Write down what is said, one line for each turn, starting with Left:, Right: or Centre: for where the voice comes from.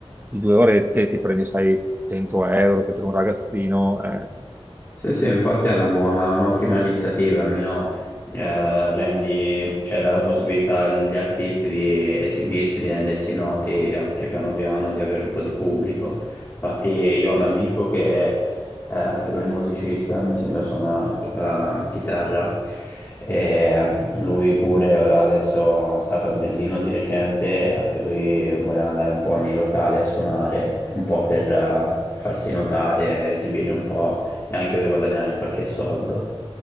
Right: di due orette, ti prendi, sai, 100 euro, che per un ragazzino eh,
Left: Sì, sì, infatti è una buona, un'ottima iniziativa, almeno eh, rendi, cioè dà la possibilità agli artisti di esibirsi, di rendersi noti anche piano piano, di avere un po' di pubblico. Infatti io ho un amico che eh, anche lui è musicista, mi sembra suona la chitarra, e anche lui pure ora adesso è stato a Berlino di recente, e anche lui voleva andare un po' nei locali a suonare, un po' per, eh, per farsi notare, esibire un po' e anche per guadagnare qualche soldo.